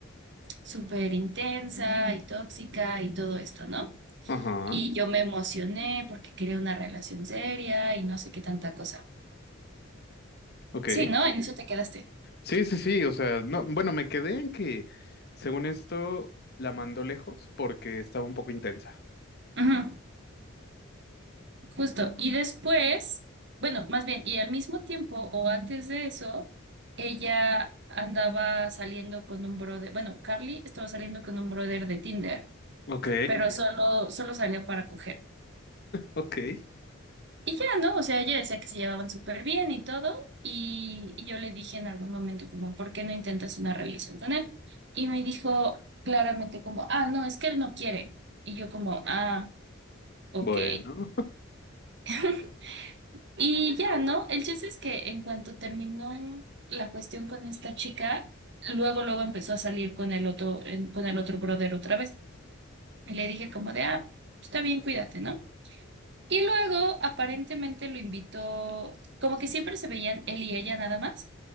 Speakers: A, on the right; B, on the left.
A: súper intensa y tóxica y todo esto, ¿no?
B: Ajá,
A: Y yo me emocioné porque quería una relación seria y no sé qué tanta cosa.
B: ok.
A: Sí, ¿no? En eso te quedaste.
B: Sí, sí, sí. O sea, no, bueno, me quedé en que, según esto, la mandó lejos porque estaba un poco intensa.
A: Ujú, justo. Y después, bueno, más bien, y al mismo tiempo o antes de eso, ella andaba saliendo con un brother, bueno, Carly estaba saliendo con un brother de Tinder,
B: Ok,
A: pero solo, solo salió para coger.
B: Ok,
A: Y ya, ¿no? O sea, ella decía que se llevaban súper bien y todo, y, y yo le dije en algún momento como, ¿por qué no intentas una relación con él? Y me dijo claramente como, ah, no, es que él no quiere. Y yo como, ah, ok.
B: bueno.
A: <laughs> Y ya, ¿no? El chiste es que en cuanto terminó la cuestión con esta chica, luego, luego empezó a salir con el otro, en- con el otro brother otra vez. Y le dije como de, ah, está bien, cuídate, ¿no? Y luego aparentemente lo invitó, como que siempre se veían él y ella nada más,